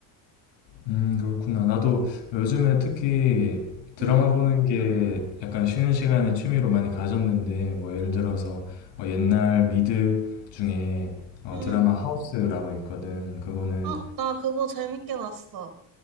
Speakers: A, on the left (about 65°); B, on the right (about 55°).
A: 음, 그렇구나. 나도 요즘에 특히 드라마
B: 음,
A: 보는 게 약간 쉬는 시간에 취미로 많이 가졌는데, 뭐 예를 들어서 어, 옛날 미드 중에 어,
B: 음.
A: 드라마 하우스라고 있거든. 그거는,
B: 어, 나 그거 재밌게 봤어.